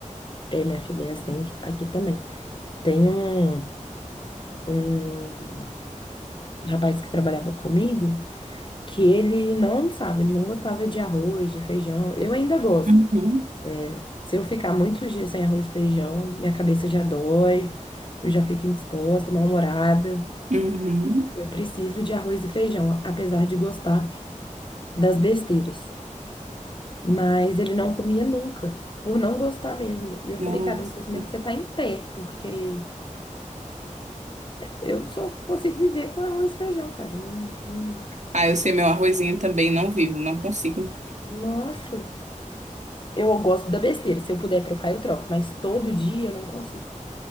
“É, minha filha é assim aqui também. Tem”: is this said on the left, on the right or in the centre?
Left